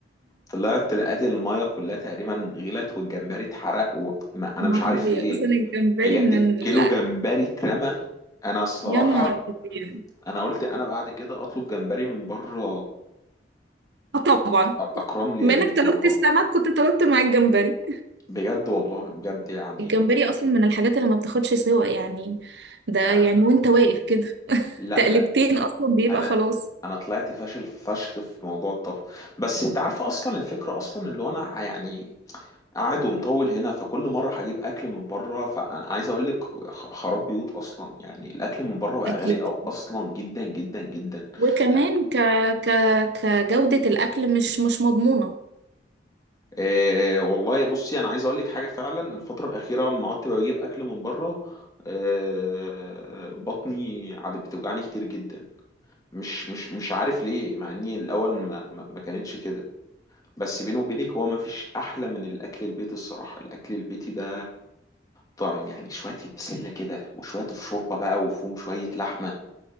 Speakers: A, on the left; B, on the right.
A: طلعت لقيت المايه كلها تقريبا غلت والجمبري اتحرق و... ما انا
B: ما
A: مش عارف
B: طبيعي
A: في ايه
B: اصلا الجمبري
A: بجد
B: من ال...
A: كيلو جمبري اترمى انا الصراحه
B: يا نهار أبيض.
A: انا قلت انا بعد كده اطلب جمبري من بره
B: اه طبعا
A: اكرم لي
B: بما
A: يا بنت
B: انك طلبت
A: والله
B: السمك كنت طلبت مع الجمبري
A: بجد والله بجد يعني
B: الجمبري اصلا من الحاجات اللي ما بتاخدش سوا يعني ده يعني
A: انا
B: وانت واقف كده
A: لا
B: تقلبتين
A: لا
B: اصلا بيبقى
A: انا
B: خلاص
A: ف- انا طلعت فاشل فشخ في موضوع الطبخ بس انت عارفه اصلا الفكره اصلا اللي هو انا يعني قاعد ومطول هنا فكل مرة هجيب أكل من بره فأنا عايز أقول لك خ- خراب بيوت أصلا يعني الأكل من بره بقى
B: اكيد
A: غالي أوي أصلا جدا جدا جدا
B: وكمان
A: يعني
B: ك... ك... كجودة الاكل مش مش مضمونة
A: إيه والله بصي أنا عايز أقول لك حاجة فعلا الفترة الأخيرة لما قعدت بجيب أكل من بره إيه بطني عاد بتوجعني كتير جدا مش مش مش عارف ليه مع إني الأول ما ما ما كانتش كده بس بيني وبينك هو ما فيش أحلى من الأكل البيت الصراحة الأكل البيتي ده طعم يعني شوية البسلة كده وشوية الشوربة بقى وفيهم شوية لحمة